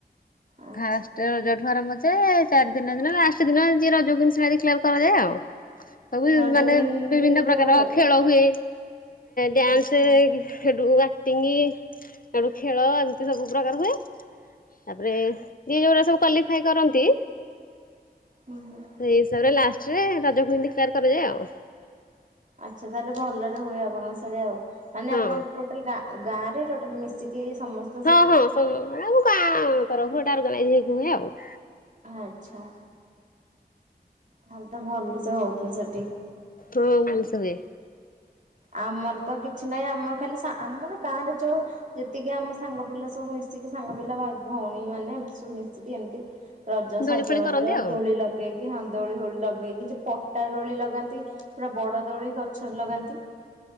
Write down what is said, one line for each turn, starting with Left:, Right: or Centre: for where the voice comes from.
Right: ଆଚ୍ଛା
Left: ଫାଷ୍ଟ ରଜଠୁ ଆରମ୍ଭ ଯେ ଚାରି ଦିନ ଦିନ ଲାଷ୍ଟ ଦିନ ଯିଏ ରଜ କ୍ୱିନ ସେଟା ଦେକ୍ଲାର କରାଯାଏ ଆଉ। ସବୁ
Right: ରଜ
Left: ମାନେ
Right: କେମିତି
Left: ବିଭିନ୍ନ
Right: ଏମିତି
Left: ପ୍ରକାର
Right: ହୁଏ?
Left: ଖେଳ ହୁଏ, ଡ୍ୟାନ୍ସ
Right: ଆଚ୍ଛା
Left: ହୁଏ, ହେଟୁ ଆ ଟିଙ୍ଗି ହେଠୁ ଖେଳ ଏମିତି ସବୁ ପ୍ରକାର ହୁଏ। ତାପରେ ଯିଏ ଯୋଉଟା ସବୁ କ୍ୱାଲିଫାଇ କରନ୍ତି
Right: ହୁଁ ହୁଁ।
Left: ସେଇ ହିସାବରେ ଲାଷ୍ଟରେ ରଜ କୁଇନି ଡିକ୍ଲାର କରାଯାଏ ଆଉ।
Right: ଆଚ୍ଛା ତାହାଲେ ଭଲରେ ହୁଏ ଆପଣଙ୍କ ସିଆଡେ ଆଉ ମାନେ
Left: ହଁ।
Right: ଆପଣଙ୍କ ଟୋ ଗାଁ ଗାଁରେ ଟୋଟାଲ ମିଶିକି ସମସ୍ତ
Left: ହଁ ହଁ ହଁ ମାନେ ଆମ ଗାଁ ତରଫରୁ ଏଟା ଅର୍ଗାନାଇଜ ହେଇକି ହୁଏ ଆଉ।
Right: ଆଚ୍ଛା। ତାହେଲେ ତ ଭଲ ସେ ହଉଥିବ ସେଠି।
Left: ହଁ ଭଲସେ ହୁଏ।
Right: ଆମର ତ କିଛି ନାହିଁ ଆମର ଖାଲି ଆମର ଗାଁରେ ଯୋଉ ଯେତିକି ଆମ ସାଙ୍ଗ ପିଲା ସବୁ ମିଶିକି ସାଙ୍ଗ ପିଲା ଭାଇ ଭଉଣୀ ମାନେ ଏମିତି ସବୁ ମିଶିକି ଏମିତି ରଜ ସଜବାଜ
Left: ଦୋଳି ଫୋଳି କରନ୍ତି ଆଉ।
Right: ଦୋଳି ଲଗା ଲଗେଇକି ହଁ ଦୋଳି ଫୋଳି ଲଗେଇକି। ଏ ଯୋଉ ପଟା ଦୋଳି ଲଗାନ୍ତି ପୁରା ବଡ ଦୋଳି ଗଛରେ ଲଗାନ୍ତି।